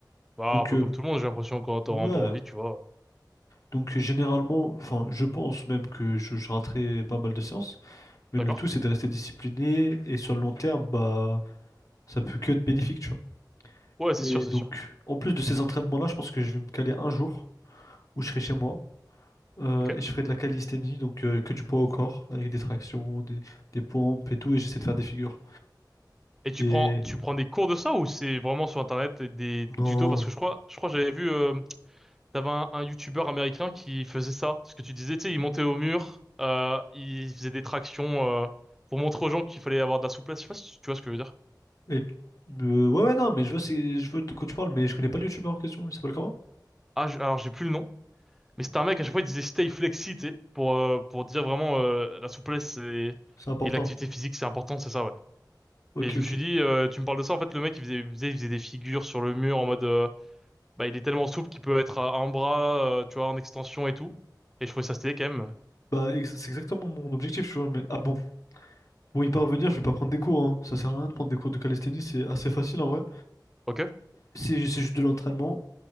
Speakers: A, in the centre; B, on the left.
A: Bah,
B: Donc
A: un peu
B: euh,
A: comme tout le monde, j'ai l'impression, quand t'auras
B: ouais.
A: pas envie, tu vois.
B: Donc euh, généralement, enfin, je pense même que je, je raterai pas mal de séances, mais
A: D'accord.
B: le tout c'est de rester discipliné et sur le long terme, bah Ça peut que être bénéfique, tu vois.
A: Ouais, c'est
B: Et
A: sûr, c'est
B: donc,
A: sûr.
B: en plus de ces entraînements-là, je pense que je vais me caler un jour où je serai chez moi euh,
A: Ok.
B: et je ferai de la calisthénie, donc euh, que du poids au corps, avec des tractions, des, des pompes et tout, et j'essaie de faire des figures.
A: Et tu
B: Et
A: prends, tu prends des cours de ça ou c'est vraiment sur Internet et des
B: non.
A: tutos? Parce que je crois, je crois que j'avais vu... euh, T'avais un, un youtubeur américain qui faisait ça, ce que tu disais, tu sais, il montait au mur, euh, il faisait des tractions euh, pour montrer aux gens qu'il fallait avoir de la souplesse. Je sais pas si tu vois ce que je veux dire.
B: Et euh, ouais, ouais, non, mais je vois, c'est, je vois de quoi tu parles, mais je connais pas le youtubeur en question. Il s'appelle comment?
A: Ah, je- alors j'ai plus le nom, mais c'était un mec à chaque fois il disait stay flexi, tu sais, pour euh, pour dire vraiment euh, la souplesse et,
B: C'est important.
A: et l'activité physique c'est important, c'est ça ouais.
B: Ok,
A: Et je me
B: ok.
A: suis dit, euh, tu me parles de ça, en fait le mec il faisait, il faisait, il faisait des figures sur le mur en mode, euh, bah il est tellement souple qu'il peut être à un bras, euh, tu vois, en extension et tout. Et je trouvais ça stylé quand même.
B: Bah, ex- c'est exactement mon objectif, tu vois. Mais ah bon, pour y parvenir, je vais pas prendre des cours, hein. Ça sert à rien de prendre des cours de calisthénie, c'est assez facile en vrai.
A: Ok?
B: C'est c'est juste de l'entraînement.